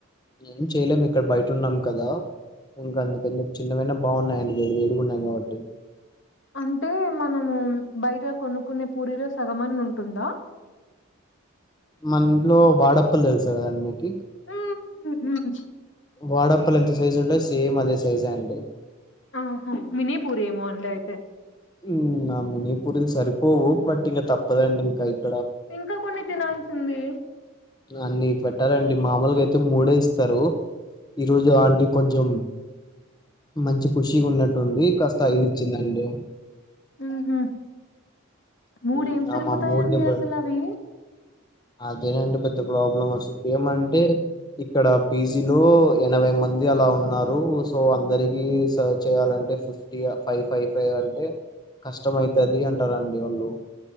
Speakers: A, on the left; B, on the left.
A: ఏం చెయలేము ఇక్కడ బయట ఉన్నాం కదా ఇంక అందుకని చెప్పి చిన్నవైనా బాగున్నాయండి వేడి వేడి ఉన్నాయి కాబట్టి
B: అంటే మనము బయట కొనుక్కునే పూరిలో సగం అన్న ఉంటుందా
A: మన ఇంట్లో వాడప్పలు తెలుసు కదండి మీకి
B: హ్మ్. హ్మ్. హ్మ్.
A: వాడప్పలు ఎంత సైజు ఉంటాయో సేమ్ అదే సైజా అండి
B: ఆహ మినీపూర్ ఏమో అండి అయితే
A: ఉ నా మినీ పూరీలు సరిపోవు బట్ ఇంకా తప్పదండి ఇంకా ఆ
B: ఇంకా కొన్ని తినాల్సిది
A: అన్నిీ పెట్టరండి మామూలుగా అయితే మూడే ఇస్తారు ఈ రోజు ఆంటీ కొంచెం మంచి ఖుషి గా ఉన్నట్టు ఉంది కాస్త అైల్ ఇచ్చిందండి
B: ఉహు మూడేం
A: ఉ
B: సరిపోతాయండి
A: ఆమె మూడు ని బట్
B: అసలు అవి
A: అదేనండి నం అసలు ఏమంటే ఇక్కడ పీజీ లో ఎనభై మంది అలా ఉన్నారు సో అందరికి సర్ చేయాలని అంటే ఫిఫ్టీ ఆ ఫైవ్ ఫైవ్ ఫైవ్ అంటే కష్టం అయితది అంటారుండి వాళ్ళు